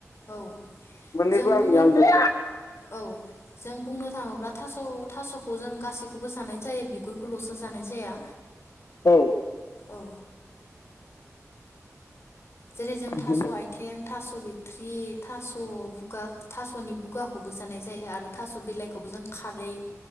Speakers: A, on the left (about 50°); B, on the left (about 85°).
A: औ
B: मोननैबो
A: जों बुंनो
B: आंनि आंगो
A: औ जों बुंनो थाङोब्ला थास' थास'खौ जों गासैखौबो जानाय जायो बिगुरखौल'सो जानाय जाया
B: औ
A: औ जेरै जों
B: बिदिनो
A: थास' आयथें थास' बिथ थ्रि थास' बुगा थास' नि बुगाखौबो जानाय जायो आरो थास' बिलाइखौबो जों खारै